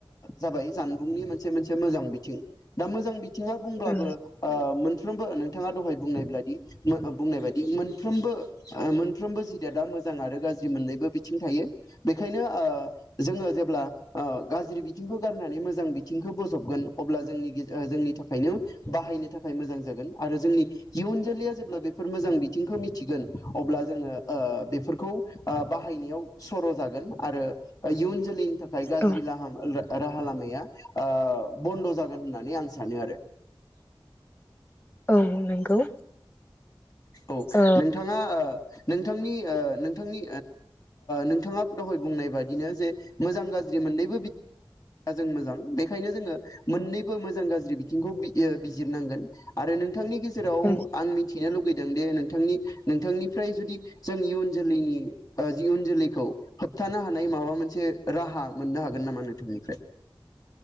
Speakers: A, on the left; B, on the left.
A: जाबाय जानबुंनि मोनसे मोनसे मोजां बिथिं दा मोजां बि बिथाङा बुंब्लाबो
B: औ
A: ओ मोनफ्रोमबो नोंथाङा दहाय बुंनाय बायदि बुंनाय बायदि मोनफ्रोमबो मोनफ्रोमबो जिदया दा मोजां आरो गाज्रि मोननैबो बिथिं थायो बेखायनो ओ जोङो जेब्ला ओ गाज्रि बिथिंखौ गारनानै मोजां बिथिंखौ बजबगोन अब्ला जोंनि जोंनि थाखायनो बाहायनो थाखाय मोजां जागोन आरो जोंनि इयुन जोलैया जेब्ला बेफोर मोजां बिथिंखौ मिथिगोन अब्ला जोङो बेफोरखौ बाहायनायाव सर' जागोन आरो इयुन जोलैनि थाखाय ओमफ्राय गाज्रिलाम
B: औ
A: राहा लामाया बन्द' जागोन होननानै आं सानो आरो।
B: औ नंगौ।
A: औ
B: ओ
A: नोंथाङा नोंथांनि नोंथांनि नोंथाङा दहाय बुंनाय बादिनो जे मोजां गाज्रि मोननैबो बिथि जों मोजां बेखायनो जोङो मोननैबो मोजां गाज्रि बिथिंखौ बिजिरनांगोन आरो नोंथांनि जेराव
B: ओं
A: आं मिथिनो लुुबैयो नोंथांनि नोंथांनिफ्राय जुदि जोंनि इयुन जोलैनि जि इयुन जोलैखौ होबथानो हानाय माबा मोनसे राहा मोननो हागोन नामा नोंथांनिफ्राय।